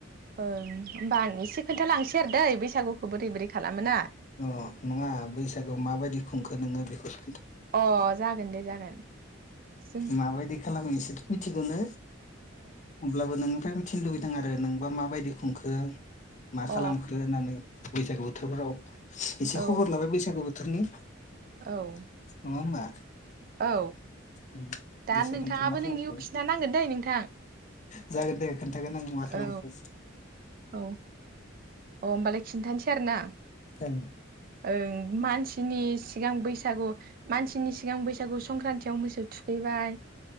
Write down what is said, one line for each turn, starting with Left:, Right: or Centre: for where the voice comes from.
Right: ओं होमबा आं एसे खोन्थालांसै आरो दै बैसागुखौ बोरै बोरै खालामोना
Left: अ नङा बैसागोआव माबायदि खुंखो नोङो बेखौ
Right: अ जागोन दे जागोन जों
Left: माबायदि खालामो इसोरथ' मिथिगौनो अब्लाबो नोंनिफ्राय थिनो लुगैदों आरो नोंबा माबायदि खुंखो मा
Right: अ
Left: खालामखो होननानै बैसागु बोथोरफोराव एसे
Right: औ
Left: खबर लाबाय बैसागु बोथोरनि नङा
Right: औ
Left: होनबा।
Right: औ
Left: देसाय
Right: दा नोंथाङाबो
Left: खोन्था मा खालामखो
Right: नोंनिखौ खिनथा नांगोन दै नोंथां?
Left: जागोन दे खोन्थागोन आं
Right: औ
Left: <unintelligible>
Right: औ अ होनबालाय खिन <unintelligible> आरोना।
Left: ओं
Right: ओं मानसिनि सिगां बैसागु मानसिनि सिगां बैसागु संक्रान्तियाव मोसौ थुखैबाय।